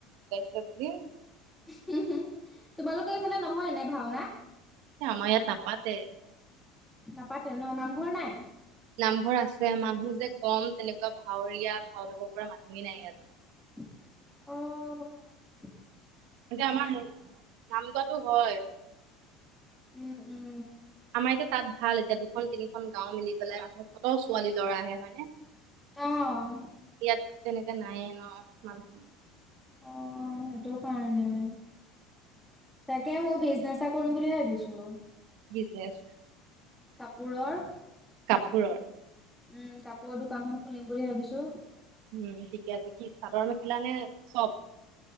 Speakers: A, on the right; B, in the centre.
A: বলে
B: তোমালোকৰ এইফালে নহয় নে ভাওনা
A: আম ইয়াত ন পতে
B: নাপাতে ন নামঘৰ নাই
A: নামঘৰ আছে মানুহ যে কম তেনেকুৱা ভাাৱৰীয়া ভাও ল'ব পৰা মানুহেই নাই ইয়াত
B: আহ
A: এয়া আমাৰ নামঘোৱাটো হয়
B: উম উম
A: আমাৰ এতিয়া তাত ভাল এতিয়া দুখন তিনিখন গাঁও মিলি পেলাই মানুহ কত ছোৱালী ল'ৰা আহে হয়নে
B: আহ
A: ইয়াত তেনেকে নায়য়ে ন মানুহ
B: অ সেইটো কাৰণে তাকে মই বিজ চা কৰিম বুলিুলিয়ে ভাবিছো
A: বিনেছ
B: কাপোৰৰ
A: কাপৰৰ
B: উম কাপোৰৰ দোকানখন খুলিম বুলি ভাবিছো
A: উম ঠিকে আছে কি চাদৰ মেখেলা নে চব